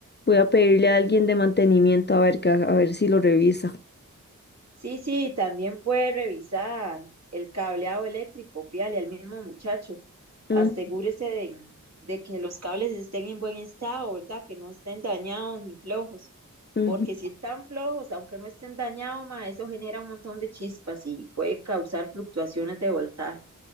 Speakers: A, on the left; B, on the right.
A: Voy a pedirle a alguien de mantenimiento a ver, que- a ver si lo revisa.
B: Sí, sí, también puede revisar el cableado eléctrico, pídale al mismo muchacho.
A: Mm,
B: Asegúrese de, de que los cables estén en buen estado, ¿verdad? Que no estén dañados ni flojos,
A: ujú.
B: porque si están flojos, aunque no estén dañados, ma, eso genera un montón de chispas y puede causar fluctuaciones de voltaje.